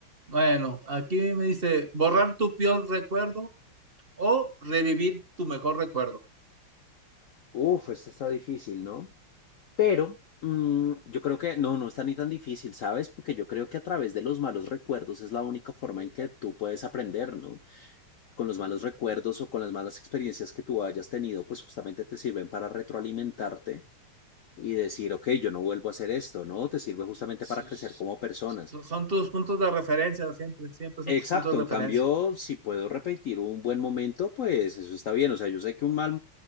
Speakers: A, on the right; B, on the left.
A: Bueno, aquí me dice borrar tu peor recuerdo o revivir tu mejor recuerdo.
B: Uf, esta está difícil, ¿no? Pero mm, yo creo que no, no está ni tan difícil, ¿sabes? Porque yo creo que a través de los malos recuerdos es la única forma en que tú puedes aprender, no con los malos recuerdos o con las malas experiencias que tú hayas tenido, pues justamente te sirven para retroalimentarte y decir, ok, yo no vuelvo a hacer esto, ¿no? Te sirve justamente
A: Sus-
B: para crecer como personas.
A: Son tus puntos de referencia, siempre, siempre
B: Exacto,
A: son tus puntos de
B: en
A: referencia.
B: cambio, si puedo repetir un buen momento, pues eso está bien. O sea, yo sé que un mal